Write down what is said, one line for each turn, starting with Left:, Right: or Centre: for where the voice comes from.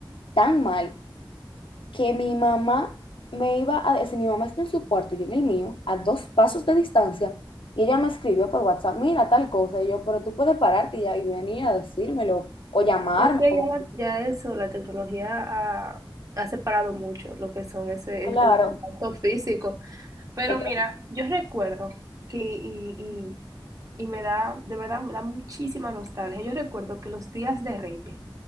Left: tan mal que mi mamá me iba a decir, mi mamá está en su cuarto, yo en el mío, a dos pasos de distancia, y ella me escribió por WhatsApp, mira tal cosa, y yo, pero tú puedes pararte y, ya, y venir a decírmelo o llamarme,
Right: Es que
Left: como
Right: ya,
Left: que,
Right: la- ya eso, la tecnología ha, ha separado mucho lo que son ese,
Left: claro,
Right: el, el contacto físico. Pero
Left: pero,
Right: mira, yo recuerdo que, y, y me da, de verdad, me da muchísima nostalgia. Yo recuerdo que los días de Reyes